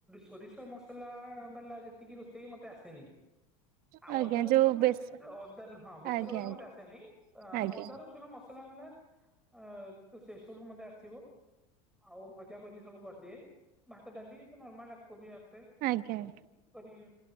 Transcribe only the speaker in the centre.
ସୋରିଷ ମସଲା ବାଲା ଯେତିକି ରୋଷେଇ ମତେ ଆସେନି। ଆଉ
ଅଦା ରସୁଣ
ପେଷ୍ଟ
ଅଦା ନୁହଁ ହଁ ବେସର
ବାଲା ମତେ ଆସେନି
ଅଦା ରସୁ ନାଁ ମସଲା ବାଲା ଆ ତ ସେ ସବୁ ମତେ ଆସିବ। ଆଉ ଭଜା ଭଜି ସବୁ କରିଦିଏ ଭାତ, ଡାଲି କିନ୍ତୁ ନର୍ମାଲ କୋବି ଆସେ।
କରିବି